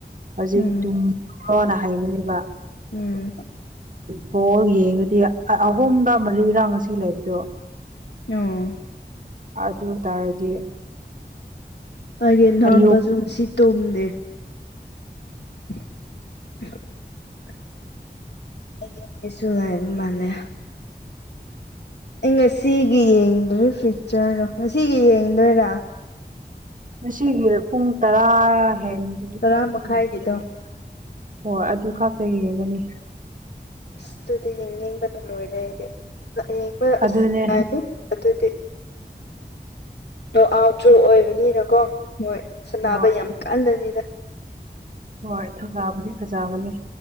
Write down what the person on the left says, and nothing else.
ꯎꯝ
ꯎꯝ
ꯑꯣ
ꯑꯩꯒꯤ ꯏꯅꯥꯟꯕꯁꯨꯁꯤ
ꯇꯨꯝꯗꯦ <inaudible> ꯑꯩ ꯀꯁꯨ ꯉꯥꯏ ꯃꯥꯅꯦ ꯑꯩ ꯉꯁꯤꯒꯤ ꯌꯦꯡꯗ꯭ꯔꯦ ꯐꯤꯌꯨꯆꯔꯗꯣ ꯉꯁꯤꯒꯤ ꯌꯦꯡꯗꯣꯏꯔꯥ
ꯇꯔꯥ
ꯃꯈꯥꯏꯒꯤꯗꯣ
ꯑꯁ ꯑꯗꯨꯗꯤ ꯌꯦꯡꯅꯤꯡꯕꯅ ꯂꯣꯏꯔꯦ ꯑꯩꯗꯤ ꯌꯦꯡꯕ ꯑꯁ
ꯃꯥꯅꯤ ꯑꯗꯨ ꯑꯣ ꯑꯥꯎꯇ꯭ꯔꯨ ꯑꯣꯏꯕꯅꯤꯅꯀꯣ ꯍꯣꯏ ꯁꯅꯥꯕ
ꯌꯥꯝ ꯀꯥꯂꯅꯤꯗ